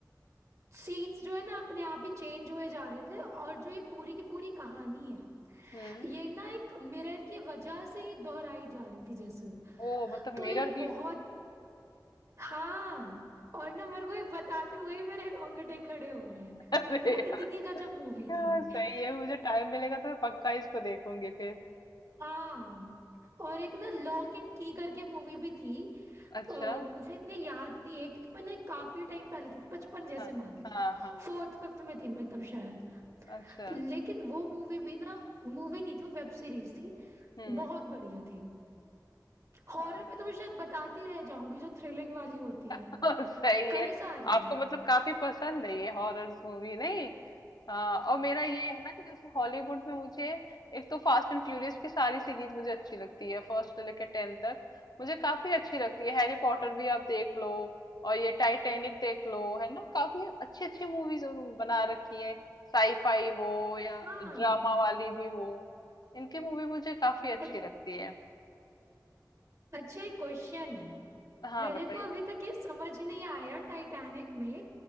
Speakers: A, on the right; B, on the left.
A: सीन्स जो है ना अपने आप ही चेंज हुए जा रहे थे और जो ये पूरी की पूरी कहानी है
B: हम्म
A: ये ना एक मिरर की वजह से ही दोहराई जा रही थी जैसे
B: ओ मतलब
A: तो
B: मिरर
A: ये
B: की
A: बहुत हाँ और ना मेरे को ये बताते हुए ही मेरे रोंगटे खड़े हो रहे हैं
B: अरे
A: वो इतनी गजब मूवी
B: यार
A: थी
B: सही है मुझे टाइम मिलेगा तो मैं पक्का इसको देखूंगी फिर
A: हाँ और एक ना लॉक एंड की करके मूवी भी थी
B: अच्छा
A: अ, मुझे इतनी याद नहीं है क्योंकि मैंने काफी टाइम पहले देखी बचपन जैसे
B: हाँ
A: मान लो
B: हाँ हाँ
A: फोर्थ फिफ्थ में थी मैं तब शायद
B: अच्छा
A: लेकिन वो मूवी भी ना मूवी नहीं थी वेब सीरीज थी
B: हम्म
A: बहुत बढ़िया थी हॉरर
B: हाँ
A: में तो मैं शायद बताती रह जाऊंगी जो थ्रिलिंग वाली होती है
B: <laughs> सही
A: कई
B: है
A: सारी
B: आपको
A: है
B: मतलब काफी पसंद है ये हॉरर्स मूवी नहीं हाँ और मेरा ये है ना कि जैसे हॉलीवुड में मुझे एक तो फास्ट एंड फ्यूरियस की सारी सीरीज मुझे अच्छी लगती है फर्स्ट से लेकर टेन तक मुझे काफी अच्छी लगती है हैरी पॉटर भी आप देख लो और ये टाइटैनिक देख लो है ना काफी अच्छी अच्छी मूवीज बना रखी है साईफाई हो या
A: हाँ
B: ड्रामा वाली भी हो इनकी मूवी मुझे काफी अच्छी
A: अ-
B: लगती है
A: अच्छा एक क्वेश्चन है
B: हाँ
A: मेरे
B: बताइए
A: को अभी तक ये समझ नहीं आया टाइटैनिक में